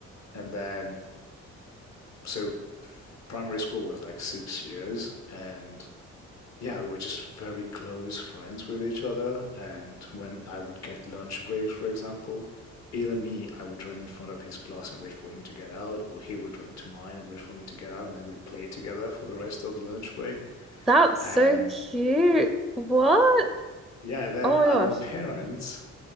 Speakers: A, on the left; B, in the centre.
A: And then, so primary school was like six years, and yeah, we were just very close friends with each other. And when I would get lunch breaks, for example, either me, I would run in front of his class and wait for him to get out, or he would run to mine and wait for me to get out, and then we'd play together for the rest of the lunch break.
B: That's
A: And
B: so cute. What?
A: yeah, and then
B: Oh my
A: our
B: gosh.
A: parents,